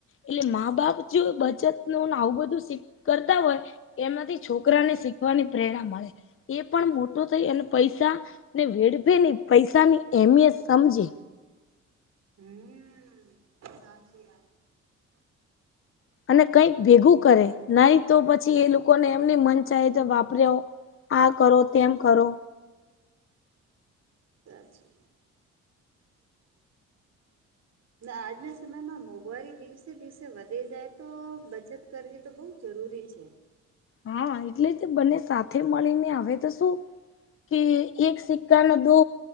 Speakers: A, on the left; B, on the right.
A: એટલે મા બાપ જો બચત નુંને આવું બધું શીખ કરતા હોય એમાંથી છોકરાને શીખવાની પ્રેરણા મળે એ પણ મોટો થઈ અને પૈસા ને વેડફે ને પૈસાની અમિયત સમજે.
B: હમ. સાચી વાત.
A: અને કઈક ભેગું કરે નઈ તો પછી એ લોકોને એમની મન ચાહે તો વાપર્યા આ કરો તેમ કરો.
B: સાચી વાત. ના આજના સમયમાં મોંઘવારી દિવસે દિવસે વધી જાય તો બચત કરવી તો બઉ જરૂરી છે.
A: હા એટલે જ બંને સાથે મળીને હવે તો શું. કે એક સિક્કા ન દો